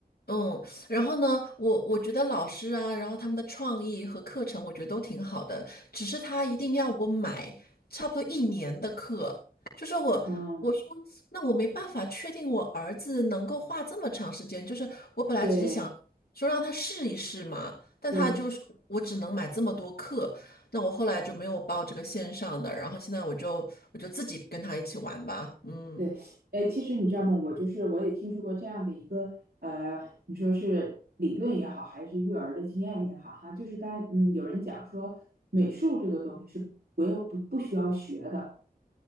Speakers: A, on the left (about 75°); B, on the right (about 75°).
A: 嗯，然后呢，我我觉得老师啊，然后他们的创意和课程，我觉得都挺好的。只是他一定要我买差不多一年的课，就是我我说那我没办法确定我儿子能够画这么长时间，
B: 嗯，
A: 就是我本来只是想说让他试一试嘛，
B: 对
A: 但他就是我只能买这么多课，
B: 对，
A: 那我后来就没有报这个线上的，然后现在我就我就自己跟他一起玩吧，嗯
B: 对，哎，其实你知道吗？我就是我也听说过这样的一个呃，你说是理论也好，还是育儿的经验也好，哈，就是大家嗯，有人讲说美术这个东西是不要不不需要学的，